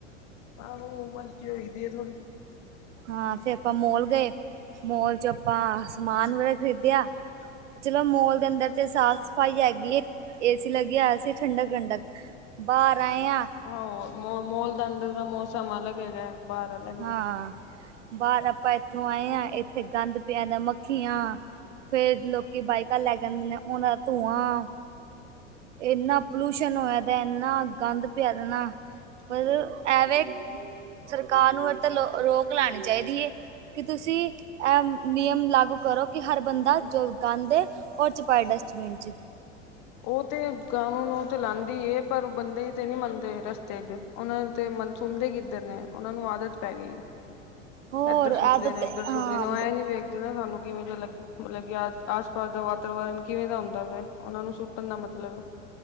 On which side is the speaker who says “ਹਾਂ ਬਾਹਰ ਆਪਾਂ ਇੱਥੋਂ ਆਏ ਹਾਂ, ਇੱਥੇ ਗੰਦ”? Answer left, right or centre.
Right